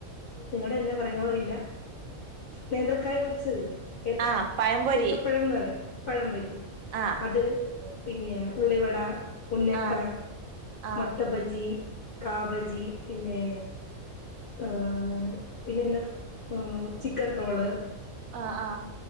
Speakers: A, on the left (about 70°); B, on the right (about 80°).
A: നിങ്ങളെന്നാ പറയുന്നെ അറിയില്ല. നേത്രക്കായ പൊരിച്ചതില്ലേ? ഏത്ത
B: ആഹ് പഴംപൊരി
A: ഏത്തപ്പഴം പറയും പഴംപ്പൊരി.
B: ആഹ്
A: അത് പിന്നെ ഉള്ളിവട, ഉുന്നക്ക,
B: ആഹ് ആഹ്
A: മൊട്ടബജി. കാബജി പിന്നെ ആഹ് പിന്നെന്നാ ചിക്കെൻറോള്.
B: ആഹ്, ആഹ്